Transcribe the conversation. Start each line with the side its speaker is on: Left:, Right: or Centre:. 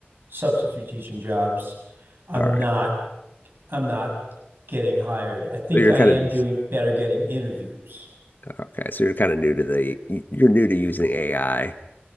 Right: substitute teaching jobs, I'm
Left: all right.
Right: not I'm not getting hired. I think
Left: So you're
Right: I
Left: kind
Right: am
Left: of just
Right: doing better getting interviews.
Left: okay. So you're kind of new to the you're new to using AI